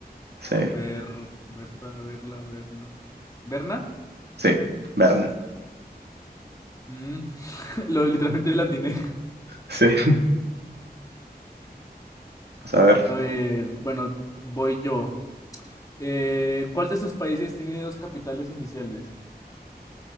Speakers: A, on the right (about 80°); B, on the left (about 20°).
A: Sí.
B: Ver, Berta, verla, verna verna
A: Sí. Berna.
B: Mm, <laughs> Lo literalmente la atiné.
A: Sí. <laughs> Vamos a ver.
B: A ver, bueno, voy yo. Eh, ¿cuál de estos países tiene dos capitales oficiales?